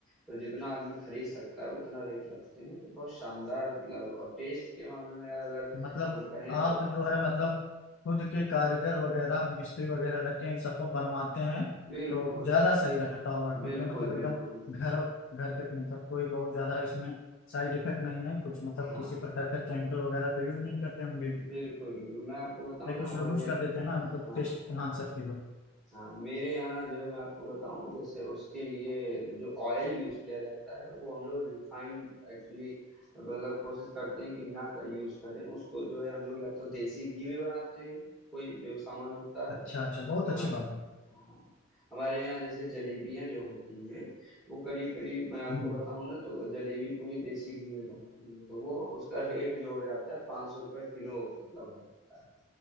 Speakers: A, in the centre; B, on the left.
A: तो जितना आदमी खरीद सकता है उतना रेट रखते हैं तो बहुत शानदार मतलब और टेस्ट के मामले में यार अगर
B: मतलब
A: हम कहें
B: आप
A: तो
B: जो है मतलब खुद के कारीगर वगैरह मिस्त्री वगैरह रख के इन सबको बनवाते हैं
A: बिल्कुल
B: तो ज्यादा सही रहता होगा क्योंकि
A: बिल्कुल
B: मतलब एकदम
A: बिल्कुल
B: घर घर के मतलब कोई बहुत ज्यादा इसमें साइड इफेक्ट नहीं है कुछ मतलब
A: हाँ
B: किसी प्रकार का केमिकल वगैरह तो यूज नहीं करते होंगे
A: बिल्कुल बिल्कुल मैं आपको बताऊं
B: या
A: ना
B: कुछ
A: हमारे
B: लोग यूज
A: यहाँ
B: कर देते हैं ना मतलब
A: हाँ
B: टेस्ट एनहांसर के लिए
A: हाँ मेरे यहाँ जो है मैं आपको बताऊं जैसे उसके लिए जो ऑयल यूज किया जाता है वो हम लोग रिफाइंड एक्चुअली मतलब कोशिश करते हैं कि ना का यूज करें उसको जो है हम लोग या तो देसी घी में बनाते हैं कोई जो सामान होता
B: अच्छा
A: है
B: अच्छा बहुत
A: हाँ
B: अच्छी बात है
A: हाँ हमारे यहाँ जैसे जलेबियाँ जो होती हैं वो करीब करीब मैं आपको
B: हम्म
A: बताऊं ना तो जलेबी पूरी देसी घी में बनती है तो वो उसका रेट जो हो जाता है पाँच सौ रुपये किलो मतलब हो जाता है